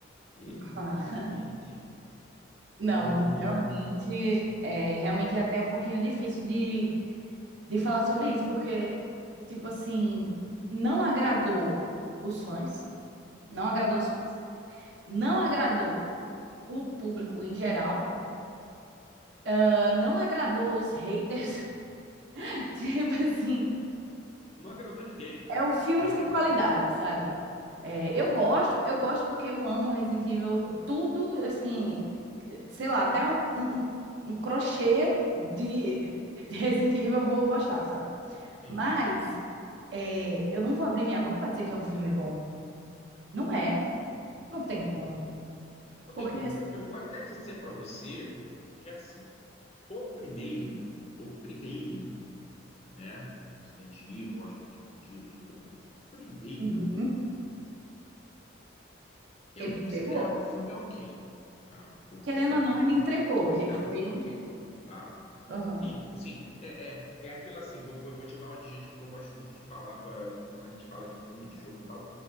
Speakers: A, on the left; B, on the right.
A: Que,
B: <laughs>
A: infelizmente,
B: Ah, Não,
A: olha,
B: realmente é, realmente é até um pouquinho difícil de, de falar sobre isso, porque, tipo assim, não agradou os fãs, não agradou os fãs, não agradou o público em geral, ah, não agradou os haters, <laughs> tipo assim,
A: não agradou ninguém.
B: É o filme
A: A verdade
B: sem qualidade,
A: é essa.
B: sabe? É,
A: Não
B: eu
A: aguardou
B: gosto,
A: ninguém.
B: eu gosto porque eu amo Resident Evil, tudo, assim, sei lá, até um, um, um um crochê de, de Resident Evil eu vou gostar, sabe?
A: Sim,
B: Mas
A: sim, sim.
B: é, eu não vou abrir minha boca para dizer que é um filme bom. Não
A: Pô,
B: é,
A: não tem como.
B: não tem
A: Não
B: como.
A: tem como. Não
B: Porque
A: tem como.
B: assim,
A: Eu vou até dizer para você que assim, o primeiro, o primeiro, né, Resident Evil, Hóspede Maldito, o primeiro,
B: uhum,
A: eu
B: ele
A: considero
B: entregou.
A: um filme ok, tá? Eu considero
B: Querendo ou não,
A: um filme,
B: ele entregou.
A: eu considero
B: Ele foi.
A: um filme ok, tá?
B: Aham.
A: Sim, sim, é, é, é aquilo assim, vou, vou, vou te dar um adjetivo que eu gosto muito de falar pra, quando a gente fala de filme, de jogo e tal,